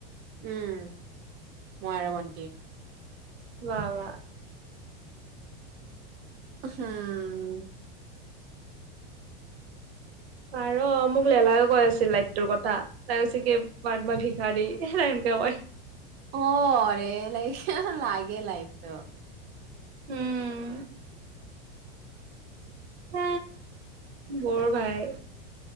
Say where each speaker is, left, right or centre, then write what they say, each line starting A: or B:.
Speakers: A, on the right (about 35°); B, on the right (about 85°).
A: উম, মই আৰু ভণ্টি।
B: ৱা ৱা।
A: হম।
B: পাৰ মোক ললাইও কৈ আছিল লাইট তৰ কথা তাই চিকে মাৰ মই ভিষা দি স। দেৱাই।
A: অৰে লাই লাগে লাইতো।
B: উম। হ বৰ ভাই